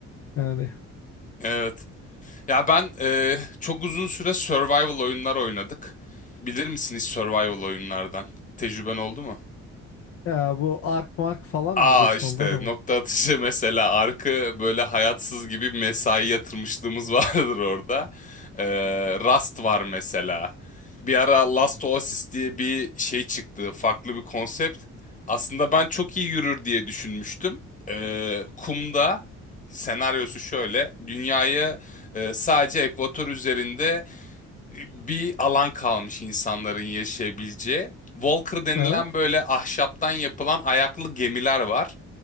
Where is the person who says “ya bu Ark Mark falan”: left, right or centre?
Left